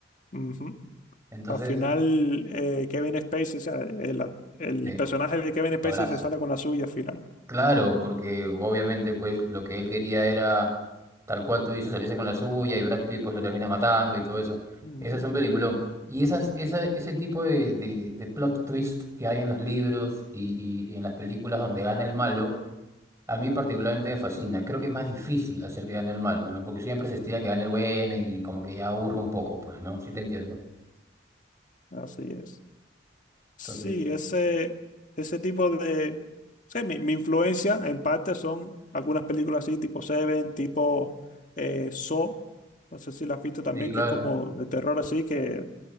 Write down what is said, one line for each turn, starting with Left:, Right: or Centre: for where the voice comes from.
Left: Ujú.
Right: Entonces,
Left: Al final, eh, Kevin Spacey, o sea, el, el
Right: sí,
Left: personaje de Kevin Spacey
Right: abrazo.
Left: se sale con la suya al final.
Right: Claro, porque obviamente pues lo que él quería era, tal cual tú dices, salirse con la suya y Brad Pitt pues lo termina matando y todo eso.
Left: Ujú,
Right: Ese es un peliculón. Y esas, esa, ese tipo de, de, de plot twist que hay en los libros y, y y en las películas donde gana el malo A mí particularmente me fascina. Creo que es más difícil hacer que gane el malo, ¿no? Porque siempre se estila que gane el bueno y como que ya aburre un poco, pues, ¿no? Sí te entiendo.
Left: Así es. Sí,
Right: Entonces,
Left: ese, ese tipo de... Sí, mi, mi influencia en parte son algunas películas así, tipo Seven, tipo eh, Saw. No sé si la has visto también,
Right: sí, claro.
Left: que es como de terror así, que